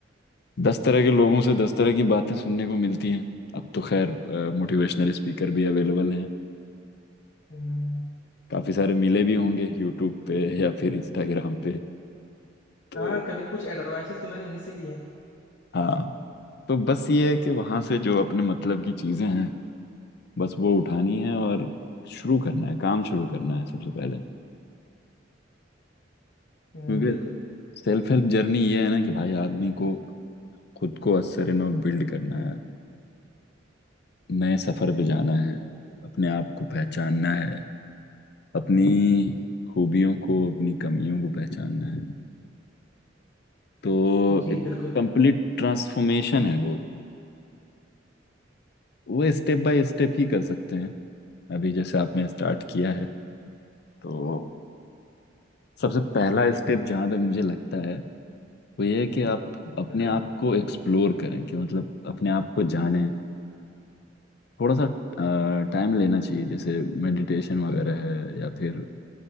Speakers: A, on the left (about 55°); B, on the left (about 85°).
A: दस तरह के लोगों से दस तरह की बातें सुनने को मिलती हैं अब तो खैर मोटिवेशनल स्पीकर भी अवेलेबल हैं
B: हम्म,
A: काफी सारे मिले भी होंगे यूट्यूब पे या फिर इंस्टाग्राम पे तो
B: हाँ कभी कुछ एडवाइसेस तो मैंने उन्हीं से लिए हैं
A: हाँ तो बस ये है कि वहां से जो अपने मतलब की चीजें हैं बस वो उठानी है और शुरू करना है काम शुरू करना है सबसे पहले
B: हम्म,
A: क्योंकि
B: बिल्कुल
A: सेल्फ हेल्प जर्नी ये है ना कि भाई आदमी को खुद को असरनो बिल्ड करना है नए सफर पे जाना है अपने आप को पहचानना है अपनी खूबियों को अपनी कमियों को पहचानना है तो
B: जी
A: एक
B: बिल्कुल
A: कंप्लीट ट्रांसफॉर्मेशन है वो वो स्टेप बाय स्टेप ही कर सकते हैं अभी जैसे आपने स्टार्ट किया है तो सबसे पहला स्टेप जहाँ तक मुझे लगता है वो ये है कि आप
B: जी
A: अपने
B: बिल्कुल
A: आप को एक्सप्लोर करें कि मतलब अपने आप को जानें थोड़ा सा टाइम लेना चाहिए जैसे मेडिटेशन वगैरह है या फिर